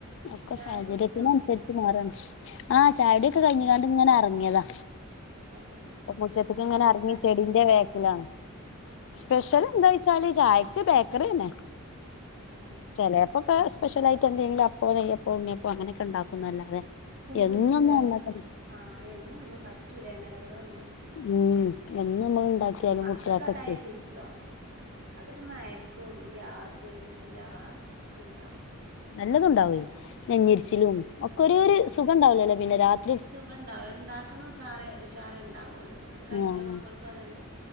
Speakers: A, on the left; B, on the right.
A: ഒക്കെ
B: ചായ
A: സാഹചര്യത്തിനനുസരി
B: കുടിച്ചോ
A: ച്ച്മാറാണ് ആ ചായാടിക്കെ
B: ആഹ്
A: കഴിഞ്ഞിങ്ങണ്ട് ഇങ്ങനെ എറങ്ങിയതാ
B: അത് ശരി
A: ഇപ്പ മുറ്റത്തിക്കിങ്ങനെ
B: എന്ത് സ്പെഷ്യല്
A: എറങ്ങി
B: കടി
A: ചെടിന്റെ
B: എന്തേലും ഉണ്ടായിരുന്നോ
A: വേക്കിലാണ്
B: അത്
A: സ്പെഷ്യലാന്താച്ചാല്
B: ശരി
A: ചായക്ക് ബേക്കറി തന്നെ
B: ആഹ്
A: എലപ്പക്കെ സ്പെഷ്യലായിട്ട് എന്തെങ്കിലും അപ്പോ, നെയ്യപ്പോ, ഉണ്ണിയപ്പോ, അങ്ങാനെക്കെ ഇണ്ടാക്കുന്നല്ലാതെ
B: പൂദിക്കിലെ
A: എന്നൊന്നും ഉണ്ടാക്കല്
B: ആഹ് എന്നുന്നും പറ്റൂല എണ്ണ കടികളൊന്നും
A: ഉം എന്നു നമ്മള് ഇണ്ടാക്കിയാലും
B: മക്കൾക്ക്
A: കുട്ടിയാക്കാക്കെ
B: അതായിരിക്കും ഇഷ്ടം അതൊരു മയക്കോ ഗ്യാസ് എല്ലാ ഇതുണ്ടാവും
A: നല്ലതുണ്ടാവേ നെഞ്ഞെരിച്ചിലും
B: ആഹ്
A: ഒക്കെ ഒരു
B: ആഹ്
A: ഒരു സുഖണ്ടാവലല്ലേ പിന്നെ രാത്
B: ഒരു സുഖണ്ടാവ ഇണ്ടാക്കുന്ന സാറെ ഇഷാറെ ഉണ്ടാവുള്ളു അത് കഴിക്കാൻ
A: ആഹ്
B: മക്കൾക്കും അത് തന്നെ